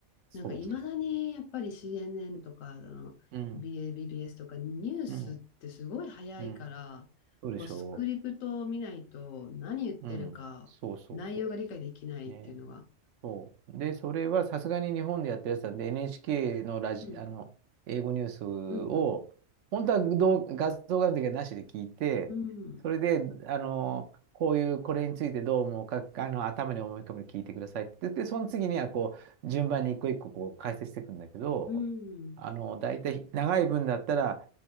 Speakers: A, on the right; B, on the left.
A: そ
B: なんかいまだにやっぱり CNN とかあの
A: う。うん。
B: BA BBS とかニュースってすごい早いから、
A: うん。うん。そうでしょ
B: もうスクリプトを見ないと何言ってるか内容が理解できないっていうのが。
A: う。うん。そうそうそう。ねそう。で、それはさすがに日本でやってるやつなんで、
B: うん、
A: NHK のラジ、
B: うん、
A: あの、英語ニュースを、
B: うん、
A: 本当は動画像があるだけなしで聞いて、
B: うん、
A: それで、あの、こういう、これについてどう思うか、あの、頭に思い浮かべて聞いてくださいって言って、その次には、こう、順番に一個一個、こう、解説していくんだけど、
B: うん、
A: あの、大体、長い文だったら、